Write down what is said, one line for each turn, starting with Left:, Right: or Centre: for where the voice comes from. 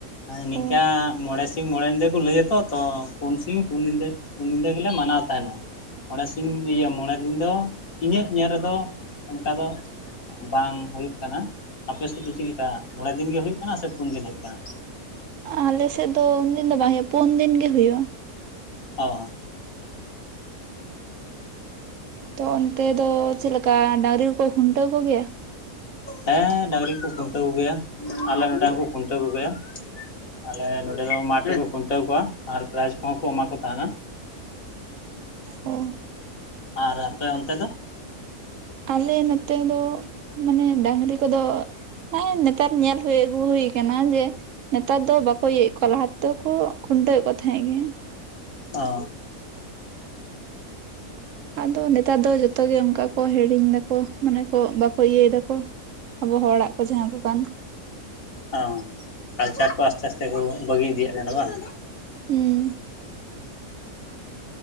Left: ᱱᱤᱝᱠᱟᱹ
Right: ᱚ
Left: ᱢᱚᱬᱮ ᱢᱚᱬᱮ ᱧᱤᱫᱟᱹ ᱠᱚ ᱞᱟᱹᱭᱟᱛᱚ ᱛᱚ ᱯᱩᱱ ᱥᱤᱧ ᱯᱩᱱ ᱧᱤᱫᱟᱹ ᱯᱩᱱ ᱧᱤᱫᱟᱹ ᱜᱮᱞᱮ ᱢᱟᱱᱟᱣ ᱛᱟᱦᱮᱱᱟ᱾ ᱢᱚᱬᱮ ᱥᱤᱧ ᱤᱭᱟᱹ ᱢᱚᱬᱮ ᱫᱤᱱ ᱫᱚ ᱤᱧᱟᱹᱜ ᱧᱮᱞ ᱨᱮᱫᱚ ᱚᱱᱠᱟ ᱫᱚ ᱵᱟᱝ ᱦᱩᱭᱩᱜᱭ ᱠᱟᱱᱟ᱾ ᱟᱯᱮᱥᱮᱫ ᱫᱚ ᱪᱮᱞᱠᱟ ᱢᱚᱬᱮ ᱫᱤᱱ ᱜᱮ ᱦᱩᱭᱩᱜᱭ ᱠᱟᱱᱟ ᱥᱮ ᱯᱩᱱ ᱫᱤᱱ ᱦᱩᱭᱩᱜ ᱠᱟᱱᱟ?
Right: ᱟᱞᱮᱥᱮᱫ ᱫᱚ ᱩᱱ ᱫᱤᱱ ᱫᱚ ᱵᱟᱝ ᱦᱩᱭᱩᱜ-ᱟ ᱯᱳᱱ ᱫᱤᱱ ᱜᱮ ᱦᱩᱭᱩᱜ-ᱟ᱾
Left: ᱚ᱾
Right: ᱛᱚ ᱚᱱᱛᱮ ᱫᱚ ᱪᱮᱫ ᱞᱮᱠᱟ ᱰᱟᱹᱝᱨᱤ ᱠᱚᱠᱚ ᱠᱷᱩᱱᱴᱟᱹᱣ ᱠᱚᱜᱮᱭᱟ?
Left: ᱦᱮᱸ ᱰᱟᱹᱟᱝᱨᱤ ᱠᱚ ᱠᱷᱩᱱᱴᱟᱹᱣ ᱠᱚᱜᱮᱭᱟ᱾ ᱟᱞᱮ ᱱᱚᱸᱰᱮ ᱦᱚᱸᱠᱚ ᱠᱷᱩᱱᱴᱟᱹᱣ ᱠᱚᱜᱮᱭᱟ᱾ ᱟᱞᱮ ᱱᱚᱰᱮ ᱫᱚ ᱢᱟᱴᱷ ᱨᱮᱠᱚ ᱠᱷᱩᱱᱴᱟᱹᱣ ᱠᱚᱣᱟ ᱟᱨ ᱯᱨᱟᱭᱤᱡ ᱠᱚᱦᱚᱸ ᱠᱚ ᱮᱢᱟ ᱠᱚ ᱛᱟᱦᱮᱱᱟ᱾
Right: ᱚ᱾
Left: ᱟᱨ ᱟᱯᱮ ᱟᱱᱛᱮ ᱫᱚ?
Right: ᱟᱞᱮ ᱱᱚᱛᱮ ᱫᱚ ᱢᱟᱱᱮ ᱰᱟᱝᱨᱤ ᱠᱚᱫᱚ ᱦᱮᱸ ᱱᱮᱛᱟᱨ ᱧᱮᱞ ᱦᱩᱭ ᱟᱹᱜᱩ ᱦᱩᱭ ᱠᱟᱱᱟ ᱡᱮ ᱱᱮᱛᱟᱨ ᱫᱚ ᱵᱟᱠᱚ ᱤᱭᱟᱹᱭᱮᱫ ᱠᱚᱣᱟ ᱞᱟᱦᱟ ᱛᱚᱫᱟ ᱠᱚ ᱠᱷᱩᱱᱴᱟᱹᱣᱮᱫ ᱠᱚ ᱛᱟᱦᱮᱸᱫ ᱜᱮ᱾
Left: ᱚ᱾
Right: ᱟᱫᱚ ᱱᱮᱛᱟᱨ ᱫᱚ ᱡᱚᱛᱚ ᱜᱮ ᱚᱱᱠᱟ ᱠᱚ ᱦᱤᱲᱤᱧ ᱫᱟᱠᱚ᱾ ᱢᱟᱱᱮ ᱠᱚ ᱵᱟᱠᱚ ᱤᱭᱟᱹᱭ ᱫᱟᱠᱚ ᱟᱵᱚ ᱦᱚᱲᱟᱜ ᱠᱚ ᱡᱟᱦᱟᱸ ᱠᱚ ᱠᱟᱱ᱾
Left: ᱚ ᱠᱟᱞᱪᱟᱨ ᱠᱚ ᱟᱥᱛᱮ ᱟᱥᱛᱮ ᱠᱚ ᱵᱟᱹᱜᱤ ᱤᱫᱤᱭᱟᱜ ᱠᱟᱱᱟ ᱵᱟᱝ?
Right: ᱦᱩᱸ᱾